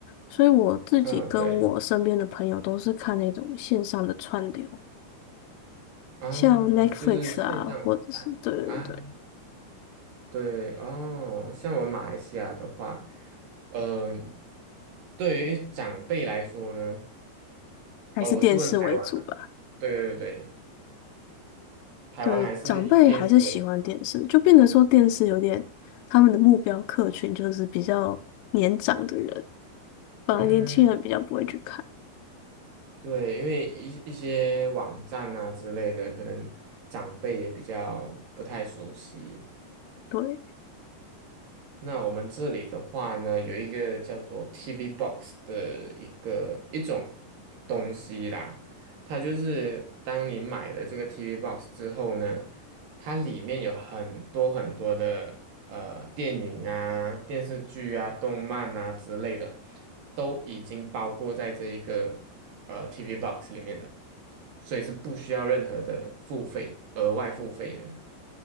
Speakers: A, on the left (about 85°); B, on the right (about 60°).
A: 所以我自己跟我身边的朋友都是看那种线上的串流，
B: 嗯，对啊，
A: 像 Netflix
B: 就是线上网站啊，
A: 啊，或者是对对对，
B: 对哦，像我们马来西亚的话，呃，对于长辈来说呢，
A: 还是电视为主吧。
B: 哦，我是问台湾的，对对对，台湾还是以电视为主吧？
A: 对，长辈还是喜欢电视，就变得说电视有点他们的目标客群就是比较年长的人，反而年轻人比较不会去看。
B: 嗯，对，因为一一些网站啊之类的，可能长辈也比较不太熟悉。
A: 对，
B: 那我们这里的话呢，有一个叫做 TV Box 的一个一种东西啦，它就是当你买了这个 TV Box 之后呢，它里面有很多很多的呃电影啊、电视剧啊、动漫啊之类的，都已经包括在这一个呃 TV Box 里面了，所以是不需要任何的付费，额外付费的，